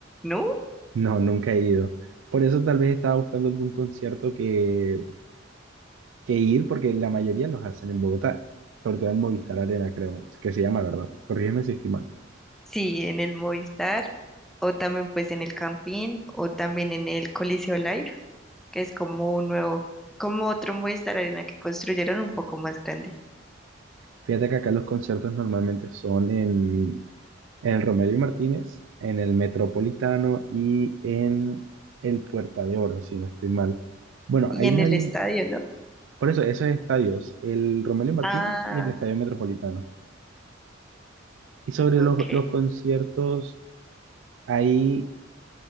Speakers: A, in the centre; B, on the right (about 65°).
A: no.
B: No, nunca he ido. Por eso tal vez estaba buscando algún concierto que, que ir, porque la mayoría los hacen en Bogotá, sobre todo en Movistar Arena, creo, que se llama, ¿verdad? Corrígeme si estoy mal.
A: Sí, en el Movistar o también pues en el Campín o también en el Coliseo Live, que es como un nuevo, como otro Movistar Arena que construyeron un poco más grande.
B: Fíjate que acá los conciertos normalmente son en, en el Romero y Martínez, en el Metropolitano y en el Puerta de Oro, si no estoy mal. Bueno,
A: Y
B: hay
A: en
B: una...
A: el
B: di-
A: estadio, ¿no?
B: Por eso, esos estadios, el Romero y Martínez
A: Ah,
B: y el Estadio Metropolitano. Y sobre
A: ok.
B: los, los conciertos Hay